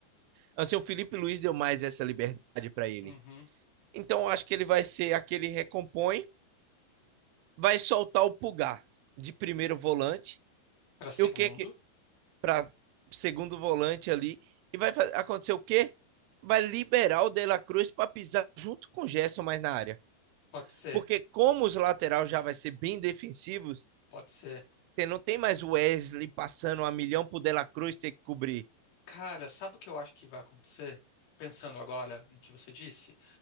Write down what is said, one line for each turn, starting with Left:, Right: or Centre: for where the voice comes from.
Right: Assim, o Felipe Luiz deu mais essa liberdade para ele.
Left: Uhum.
Right: Então, eu acho que ele vai ser aquele recompõe, vai soltar o Pulgar de primeiro volante
Left: Para segundo.
Right: e o que que para segundo volante ali e vai acontecer o quê? Vai liberar o De La Cruz para pisar junto com o Gerson mais na área.
Left: Pode ser,
Right: Porque como os laterais já vai ser bem defensivos,
Left: pode ser.
Right: você não tem mais o Wesley passando a milhão pro De La Cruz ter que cobrir.
Left: Cara, sabe o que eu acho que vai acontecer? Pensando agora no que você disse,